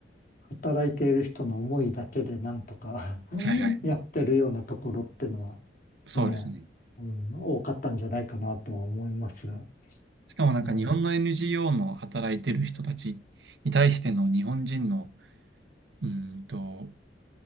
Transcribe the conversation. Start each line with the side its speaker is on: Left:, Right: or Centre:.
Left: 働いている人の思いだけでなんとか <laughs>
Right: はいはい。
Left: やってるようなところってのは、
Right: そうですね。
Left: ね、うん、多かったんじゃないかなとは思いますが。
Right: しかもなんか日本の
Left: うん。
Right: NGO の働いてる人たちに対しての日本人の、うーんと、